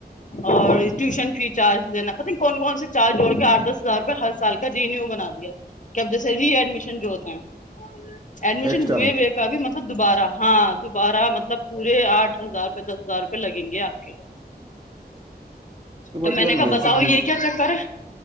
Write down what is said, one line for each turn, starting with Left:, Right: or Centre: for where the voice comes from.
Left: اور ٹیوشن فی چارج دینا پ کون کون سے چار جوڑ کے آٹھ دس ہزار روپئے ہر سال کا رینیو بنا دیا کہب جیسے ری ایڈمیشن جو ہوتے ہیں ایڈمیشن
Right: ایکسٹرا
Left: ہوئے
Right: میں
Left: و کا بھی مطلب دوبارہ ہاں دوبارہ مطلب پورے آٹھ ہزاروپ دس ہزار روپئے لگیں گے آپ کے
Right: <inaudible>
Left: تو
Right: مطلب
Left: میں نے کہا بتاؤ
Right: سے پوچھ
Left: یہ کیا چکر ہے